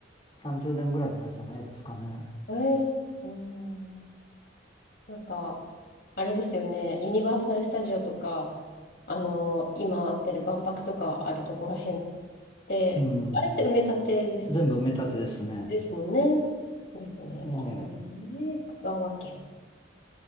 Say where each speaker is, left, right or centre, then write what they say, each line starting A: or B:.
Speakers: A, on the left (about 25°); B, on the left (about 55°).
A: う30年ぐらい前じゃないですかね。
B: えー、うん、なんか、あれですよね、ユニバーサル・スタジオとか、あの、今あってる万博とかあるところらへんって、
A: うん。
B: あれって埋め立てです、
A: 全部埋め立てですね。
B: ですもんね。ですね。
A: ええ。
B: えー、香川県。